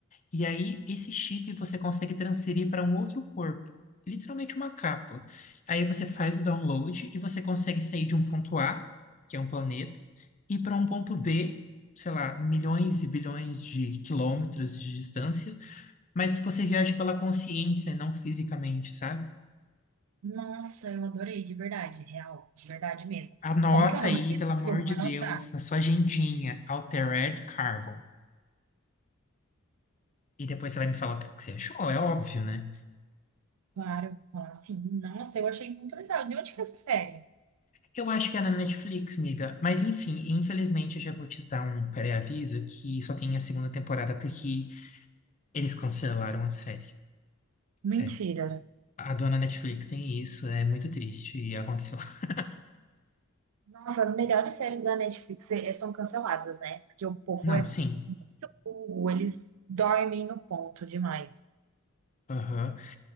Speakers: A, on the left; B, on the right.
A: e aí esse chip você consegue transferir para um outro corpo. Literalmente uma capa. Aí você faz o download e você consegue sair de um ponto A, que é um planeta, e para um ponto B, sei lá, milhões e bilhões de quilômetros de distância, mas você viaja pela consciência, não fisicamente, sabe?
B: Nossa, eu adorei, de verdade, real, de verdade mesmo.
A: Anota
B: Como que é o nome?
A: aí,
B: mesmo?
A: pelo amor
B: Eu vou
A: de
B: anotar.
A: Deus, na sua agendinha, Altered Carbon. E depois você vai me falar o que que você achou, é óbvio, né?
B: Claro, eu vou falar assim. Nossa, eu achei muito legal. De onde que é essa série?
A: Eu acho que é na Netflix, miga. Mas enfim, infelizmente eu já vou te dar um pré-aviso que só tem a segunda temporada porque eles cancelaram a série.
B: Mentira.
A: É, a dona Netflix tem isso, é muito triste e aconteceu. <laughs>
B: Nossa, as melhores séries da Netflix eh, eh, são canceladas, né? Porque o povo
A: Não,
B: é
A: sim.
B: muito burro, eles dormem no ponto demais.
A: Aham.